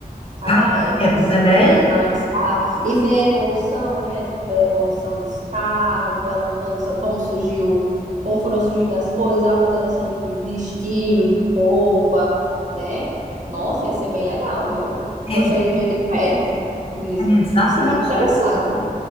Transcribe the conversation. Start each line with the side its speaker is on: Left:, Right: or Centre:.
Right: cada
Left: cada
Right: época,
Left: época,
Right: assim,
Left: né?
Right: analisar e ver a evolução, né? Tipo, ver a evolução dos carros, ver a evolução, como surgiu, como foram surgindo as coisas, a mudança ali de, de estilo, de roupa, né? Nossa, ia ser bem legal, viu? Eu
Left: É,
Right: gostaria de ver de perto mesmo.
Left: é exatamente
Right: Ia ser muito interessante.